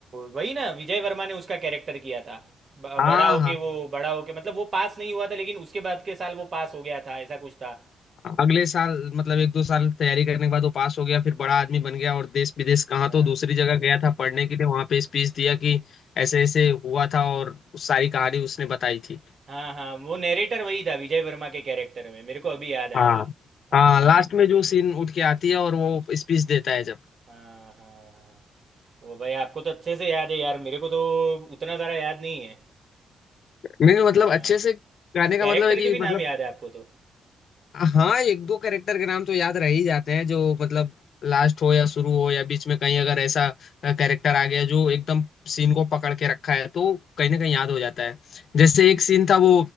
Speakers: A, on the right; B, on the left.
A: वही ना विजय वर्मा ने उसका कैरेक्टर किया था ब-
B: हाँ
A: बड़ा होके
B: हाँ हाँ।
A: वो बड़ा होके मतलब वो पास नहीं हुआ था लेकिन उसके बाद के साल वो पास हो गया था ऐसा कुछ था
B: अगले साल मतलब एक दो साल तैयारी करने के बाद वो पास हो गया फिर बड़ा आदमी बन गया और देश विदेश कहाँ
A: हाँ
B: तो दूसरी जगह गया था पढ़ने के लिए वहां पे स्पीच दिया कि ऐसे ऐसे हुआ था और उस सारी कहानी उसने बताई थी
A: हाँ हाँ वो नैरेटर वही था विजय वर्मा के कैरेक्टर में मेरे को अभी याद आया
B: हाँ
A: हाँ
B: हाँ लास्ट
A: हाँ
B: में जो सीन उठ के आती है और वो स्पीच देता है जब
A: हाँ हाँ हाँ वो भाई आपको तो अच्छे से याद है यार मेरे को तो उतना ज़्यादा याद नहीं है
B: नहीं मतलब
A: हाँ
B: अच्छे से गाने का
A: कैरेक्टर
B: मतलब है कि
A: के भी
B: मतलब
A: नाम याद है आपको तो
B: हाँ एक दो कैरेक्टर के नाम तो याद रह ही जाते हैं जो मतलब लास्ट हो या शुरू हो या बीच में कहीं अगर ऐसा कैरेक्टर आ गया जो एकदम सीन को पकड़ के रखा है तो कहीं ना कहीं याद हो जाता है जैसे एक सीन था वो